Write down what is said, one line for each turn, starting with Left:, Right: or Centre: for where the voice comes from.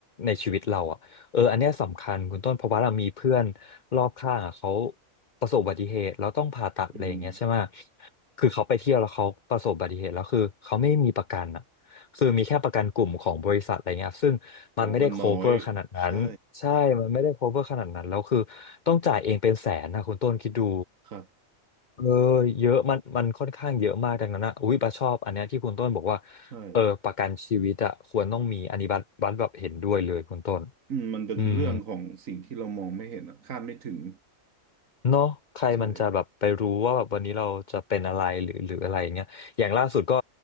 Left: ในชีวิตเราอะเอออันเนี้ยสำคัญคุณต้นเพราะว่าเรามีเพื่อนรอบข้างอะเขาประสบอุบัติเหตุแล้วต้องผ่าตัดอะไรอย่างเงี้ยใช่ไหม
Right: อืม
Left: คือเขาไปเที่ยวแล้วเขาประสบอุบัติเหตุแล้วคือเขาไม่มีประกันอะ คือมีแค่ประกันกลุ่มของบริษัทอะไรเงี้ยซึ่งมันไม่ได้
Right: โหมันน้อย
Left: cover ขนาดนั้นใช่มันไม่ได้
Right: ใช่
Left: cover ขนาดนั้นแล้วคือต้องจ่ายเองเป็นแสนนะคุณต้นคิดดู
Right: ครับ
Left: เออเยอะมันมันค่อนข้างเยอะมากดังนั้นนะอุ้ยบัสชอบอันเนี้ยที่คุณต้นบอกว่า
Right: ใช่
Left: เออประกันชีวิตอะควรต้องมีอันนี้บัสบัสแบบเห็นด้วยเลยคุณต้น
Right: อืมมันเป็นเรื่องของสิ่งที่เรามองไม่เห็นอ่ะคาดไม่ถึง
Left: อืม เนาะใครมันจะแบบไปรู้ว่าแบบวันนี้เราจะเป็นอะไรหรือหรืออะไรอย่างเงี้ยอย่างล่าสุดก็
Right: ใช่